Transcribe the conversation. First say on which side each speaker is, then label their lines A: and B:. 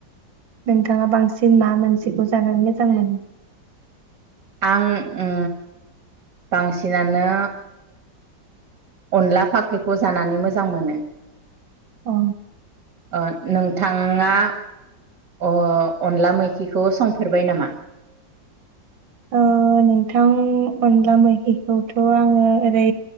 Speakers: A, on the right; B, on the right.
A: नोंथाङा बांसिन मा मोनसेखौ जानानै मोजां मोनो?
B: आं ओ बांसिनानो अनला फाख्रिखौ जानानै मोजां मोनो।
A: औ।
B: ओ नोंथाङा अ- अनला मैखिखौ संफेरबाय नामा?
A: ओ नोंथां अनला मैखिखौथ' आङो ओरै